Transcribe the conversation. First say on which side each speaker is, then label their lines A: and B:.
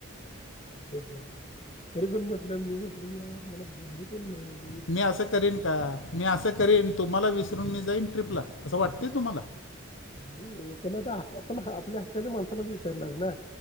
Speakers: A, on the left; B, on the left.
A: तरी पण म्हटलं मी म्हटलं यार मला बोलले पण नाहीत.
B: मी असं करेन का? मी असं करीन तुम्हाला विसरून मी जाईन ट्रिपला, असं वाटतंय तुम्हाला
A: नाही ओ पण आता आपण आपल्या हक्काच्या माणसालाच विचारणार ना,